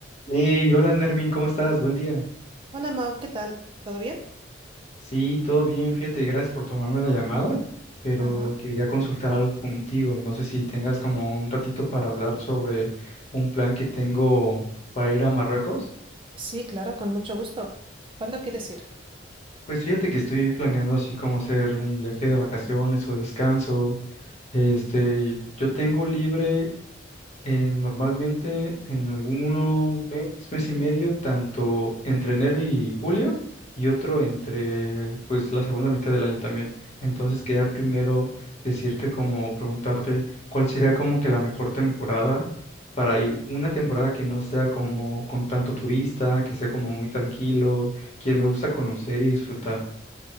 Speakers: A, on the left; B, on the right.
A: Hey, hola Nermin, ¿cómo estás? Buen día.
B: Hola Mau, ¿qué tal? ¿Todo bien?
A: Sí, todo bien, fíjate, gracias por tomarme la llamada, pero
B: Ajá.
A: quería consultar algo contigo. No sé si tengas como un ratito para hablar sobre un plan que tengo para ir a Marruecos.
B: Sí, claro, con mucho gusto. ¿Cuándo quieres ir?
A: Pues fíjate que estoy planeando así como hacer un viaje de vacaciones o descanso. Este, yo tengo libre Eh, normalmente en alguno mes, mes y medio, tanto entre enero y julio, y otro entre pues la segunda mitad del año también. Entonces quería primero decirte como preguntarte cuál sería como que la mejor temporada para ir, una temporada que no sea como con tanto turista, que sea como muy tranquilo, que me gusta conocer y disfrutar,